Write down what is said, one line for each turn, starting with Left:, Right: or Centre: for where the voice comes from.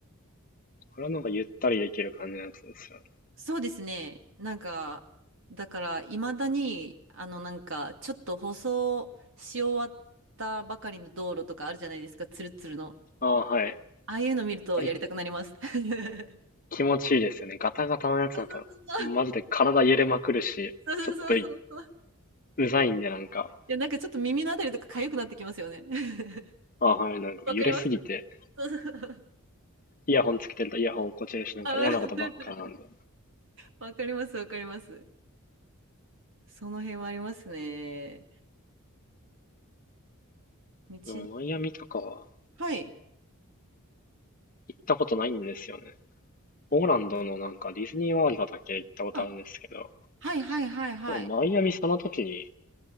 Left: れはなんかゆったりできる感じのやつですよね。
Right: そうですね。なんか、だから、いまだに、あの、なんか、ちょっと舗装し終わったばかりの道路とかあるじゃないですか、ツルツルの。
Left: ああ、はい。
Right: ああいうの見るとやりたくなります。
Left: あれ、
Right: <laughs>
Left: 気持ちいいですよね。ガタガタのやつだと、
Right: そうそうそうそう。
Left: マジで体揺れまくるし、
Right: そうそうそうそう。
Left: ちょっと
Right: い
Left: うざいんでなんか、
Right: や、なんかちょっと耳のあたりとか痒くなってきますよね。<laughs>
Left: あはい、なんか揺れすぎて、
Right: わかりますそうそうそう。
Left: イヤホンつけてるとイヤホン落っこちるし、なんか嫌なことばっかなんで。
Right: あ、<laughs> わかります、わかります。その辺はありますね。道で。
Left: でもマイアミとかは
Right: はい。
Left: 行ったことないんですよね。オーランドのなんかディズニーワールドだけ行ったことあるんですけど、
Right: あ、はいはいはいはい。
Left: でもマイアミその時に、